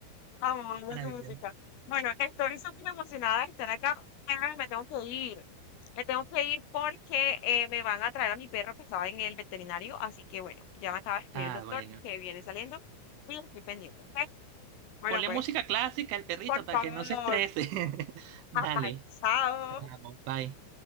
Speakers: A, on the left (about 90°); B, on the right (about 75°).
A: Amo, amo
B: Maravilloso.
A: su música. Bueno, estoy súper emocionada de estar acá, pero me tengo que ir. Me tengo que ir porque eh, me van a traer a mi perro que estaba en el veterinario. Así que bueno, ya me acaba de escribir
B: Ah,
A: el doctor
B: bueno.
A: que viene saliendo y estoy pendiente. ¿ok? Bueno,
B: Ponle
A: pues,
B: música clásica al perrito
A: por
B: para
A: favor,
B: que no se estrese. <laughs>
A: <laughs>
B: Dale.
A: papá, chao.
B: Te amo. Bye.